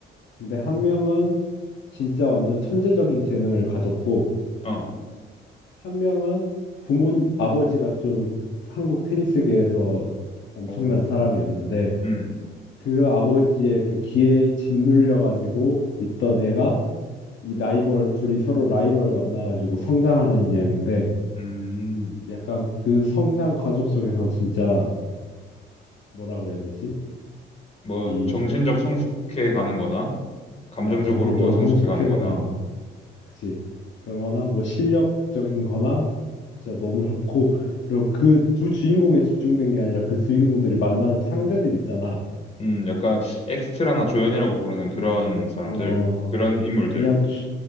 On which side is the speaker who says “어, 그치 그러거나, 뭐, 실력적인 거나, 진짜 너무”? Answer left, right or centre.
Left